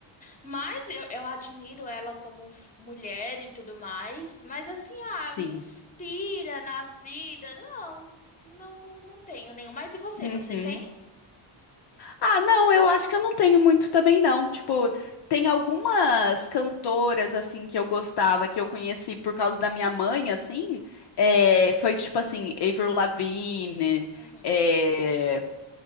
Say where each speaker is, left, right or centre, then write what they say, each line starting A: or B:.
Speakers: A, on the left; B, on the left.
A: mas eu, eu admiro ela como f- mulher e tudo mais, mas assim, ah,
B: sim.
A: me inspira na vida. Não, não, não, não tenho nenhum. Mas e você,
B: Uhum.
A: você tem?
B: Ah, não, eu acho que eu não tenho muito também, não. Tipo, tem algumas cantoras, assim, que eu gostava, que eu conheci por causa da minha mãe, assim. é, foi tipo assim, Avril Lavigne,
A: Uhum.
B: é,